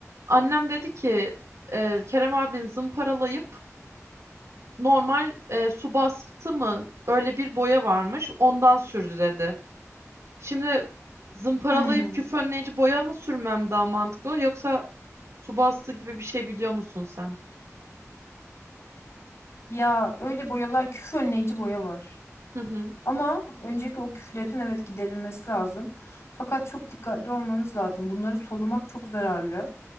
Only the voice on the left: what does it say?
Hmm.
Ya öyle boyalar küf önleyici boya var.
Ama öncelikle o küflerin evet giderilmesi lazım. Fakat çok dikkatli olmanız lazım. Bunları solumak çok zararlı.